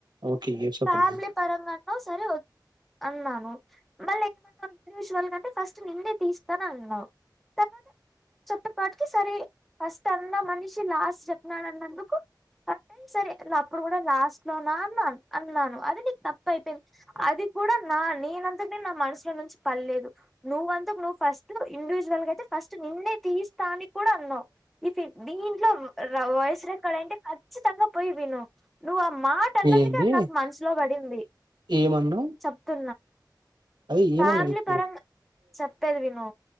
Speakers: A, on the right; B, in the centre.
A: ఓకే ఏడ్చొద్దు
B: ఫ్యామిలీ పరంగా అన్నావ్ సరే అన్నాను మళ్ళీ ఏమన్నావు ఇండివిజువల్గాంటే ఫస్ట్ నిన్నే తీస్తాను అన్నావు తర్వాత చ వాటికి సరే ఫస్ట్ మనిషి లాస్ట్ చెప్పినాడు అన్నందుకు అంటే సరే ఇప్పుడు గూడా లాస్ట్లో నా అన్న్ న్నాను. అది నీక్ తప్పయిపోయింది అది కూడా నా నేనంతక్ నేన్ మనసులో నుంచి పల్లేదు నువ్వంతకు నువ్వు ఫస్ట్ ఇండివిజువల్గాయితే ఫస్ట్ నిన్నే తీస్తానిక్ కూడన్నావ్ ఇది దీంట్లో ర వాయిస్ రెక్కార్డ్ అంటే ఖచ్చితంగా పోయి విను నువ్ ఆ మాట అన్నందుకె
A: ఏంది
B: స్లో పడింది
A: ఏమన్నా
B: చెప్తు
A: అదే ఏమన్నా
B: ఫ్యామిలీ
A: చెప్పు
B: పరంగా చెప్పేది విను